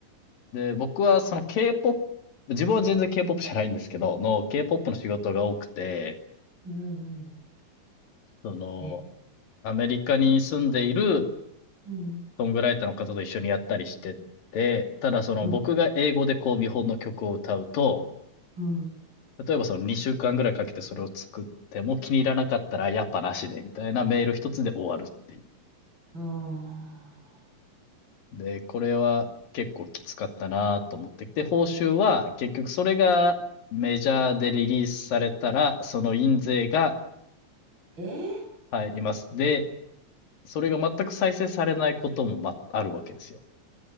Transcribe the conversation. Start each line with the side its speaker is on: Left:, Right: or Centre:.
Left: で、僕はその K-POP、自分は全然 K-POP じゃないんですけど、の K-POP の仕事が多くて、
Right: うんうん
Left: その、
Right: え
Left: アメリカに住んでいる
Right: うん
Left: ソングライターの方と一緒にやったりしてて、ただその僕が英語でこう見本の曲を歌うと、
Right: うんうん
Left: 例えばその2週間ぐらいかけてそれを作っても気に入らなかったらやっぱなしでみたいなメール一つで終わるっていう。
Right: ああ
Left: で、これは結構きつかったなと思ってきて、報酬は結局それがメジャーでリリースされたら、その印税が
Right: ええ
Left: 入ります。で、それが全く再生されないこともま、あるわけですよ。